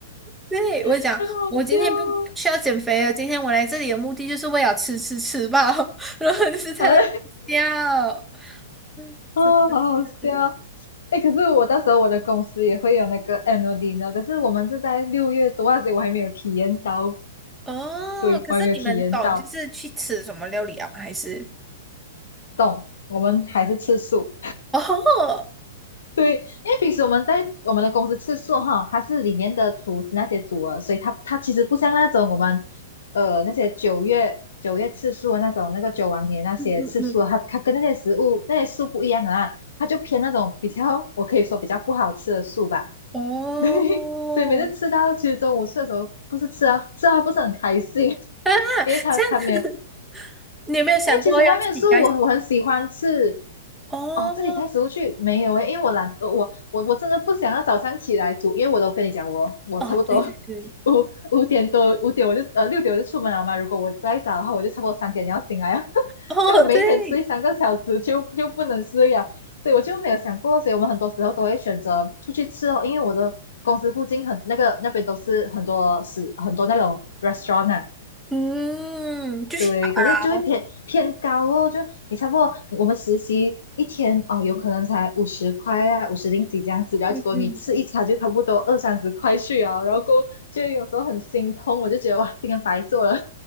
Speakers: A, in the centre; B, on the left.
A: 对，我就讲我今天不不需要减肥了，
B: <laughs> 很好笑哦，
A: 今天我来这里的目的就是为了吃吃吃饱，<laughs> 然后就是在那里笑，
B: <laughs> 哎啊，
A: 真的是
B: 好好笑。哎，可是我到时候我的公司也会有那个 a n n l d i 可是我们是在六月多啊，所以我还没有体验到，
A: 哦。
B: 对，
A: 可是你们懂就是去吃什么料理啊？
B: 我还没有体验到，
A: 还是
B: 懂？我们还是吃素。
A: 哦，
B: 对，因为平时我们在我们的公司吃素哈，它是里面的厨师那些煮的，所以它它其实不像那种我们呃那些九月九月吃素的那种那个九王爷那些吃素的，
A: 嗯嗯嗯，
B: 它它跟那些食物那些素不一样啊，它就偏那种比较我可以说比较不好吃的素吧。
A: 哦。
B: <laughs> 对，所以每次吃到其实中午吃的时候，不是吃啊吃啊不是很开心，
A: <laughs> 啊，
B: 因为他他没有
A: 这样子，<laughs> 你有没有想过要自己带去？
B: 因为其实外面的食物我我很喜欢吃，
A: 哦，
B: 哦，自己带食物去没有诶，因为我懒，呃我我我真的不想要早上起来煮，因为我都跟你讲，我我差不多
A: 哦，对对对，
B: <laughs> 五五点多五点我就呃六点我就出门了嘛，如果我再早的话，我就差不多三点要醒来了，<laughs>
A: 哦对，
B: 所以我每一天睡三个小时就就不能睡了，所以我就没有想过，所以我们很多时候都会选择出去吃哦，因为我的公司附近很那个那边都是很多食很多那种 restaurant 啊。
A: 嗯，就是
B: 对，可是就会偏偏高哦，
A: 熬，
B: 就你差不多我们实习一天哦，有可能才五十块啊，五十零几这样子，然后结果你吃一餐就差不多二三十块去啊，
A: 嗯嗯，
B: 然后过后就有时候很心痛，我就觉得哇，今天白做了。